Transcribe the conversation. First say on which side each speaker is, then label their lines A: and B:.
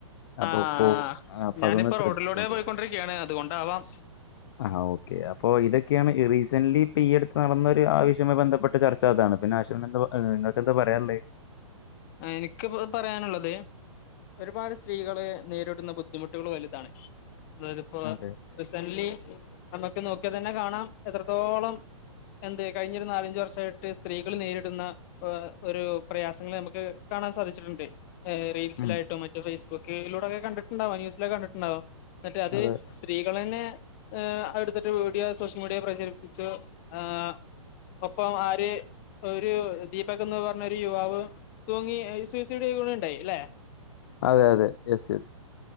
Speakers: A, on the left; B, on the left.
A: അപ്പൊ
B: ആഹ്
A: കോ അപ്പൊ
B: ഞാനിപ്പോ
A: അതൊന്ന് ശ്രദ്ധിച്ചോണ്ടോ
B: റോഡിലൂടെ പോയിക്കൊണ്ടിരിക്കുകയാണ് അതുകൊണ്ടാവാം
A: ആ ഓക്കെ അപ്പൊ ഇതൊക്കെയാണ് റീസൺലി ഈ ഇപ്പ ടുത്ത് നടന്ന ആവശയുമായി ബന്ധപ്പെട്ട ചർച്ച അതാണ് പിന്നെ ആശവി എന്ത നിങ്ങൾക്ക് എന്താ പറയാനല്ലേ
B: എനിക്ക് പറയാനുള്ളത് ഒരുപാട് സ്ത്രീകളെ നേരിടുന്ന ബുദ്ധിമുട്ടുകൾ വലുതാണ് അതിപ്പോ
A: അതെ
B: റീസൺലി നമുക്ക് നോക്കിയാൽ തന്നെ കാണാം എത്രത്തോളം എന്ത് കഴിഞ്ഞ ഒരു നാലഞ്ച വർഷമായിട്ട് സ്ത്രീകൾ നേരിടുന്ന ഒരു പ്രയാസങ്ങൾ നമുക്ക് കാണാൻ സാധിച്ചിട്ടുണ്ട് റീൽസായിട്ടോ
A: ഉം,
B: മറ്റ ഫേസ് ബുക്കിലൂടെക്കെ കണ്ടിട്ടുണ്ടാവ ന്യൂസിലൊ കണ്ടിട്ടുണ്ടാവും മറ്റേ അത്
A: അതെ
B: സ്ത്രീകൾന്നെ ഏ അടുത്തിട്ട വീഡിയോ സോഷ്യൽ മീഡിയൽ പ്രചരിപ്പിച്ചു ആ ഒപ്പം ആര് ഒരു ദീപക് എന്ന് പറഞ്ഞ ഒരു യുവാവ് തൂങ്ങി <unintelligible> ഉണ്ടായി അല്ലെ
A: അതെ അതെ യെസ് യെസ്